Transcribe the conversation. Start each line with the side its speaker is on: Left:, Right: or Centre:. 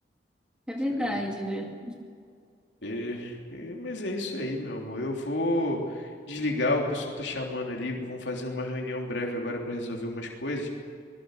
Centre: É
Left: Isso
Centre: verdade,
Left: aí.
Centre: né?
Left: É, é, mas é isso aí, meu amor. Eu vou desligar, o pessoal tá chamando ali, Vão fazer uma reunião breve agora para resolver umas coisas.